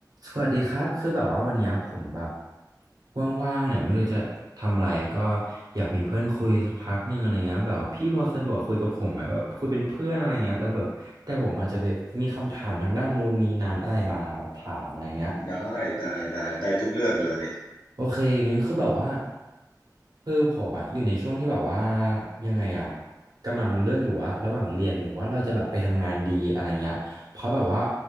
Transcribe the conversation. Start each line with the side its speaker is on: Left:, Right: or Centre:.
Right: สวัสดีครับคือแบบว่าวันเนี้ยผมแบบว่างๆเนี่ยไม่รู้จะทำอะไรก็อยากมีเพื่อนคุยสักพักหนึ่งอะไรเงี้ยแบบว่าพี่พอสะดวกคุยกับผมไหมแบบคุยเป็นเพื่อนอะไรเงี้ยแล้วแบบแต่ผมอาจจะแบบมีคำถามทางด้านนู้นนี้นั้นอะไรมาแบบถามอะไรเงี้ย
Left: ได้ได้ได้ได้ทุกเรื่องเลย
Right: โอเคงั้นคือแบบว่าคือผมอะอยู่ในช่วงที่แบบว่ายังไงอะกำลังเลือกอยู่ว่าระหว่างเรียนหรือว่าเราจะแบบไปทำงานดีอะไรเงี้ยเพราะแบบว่า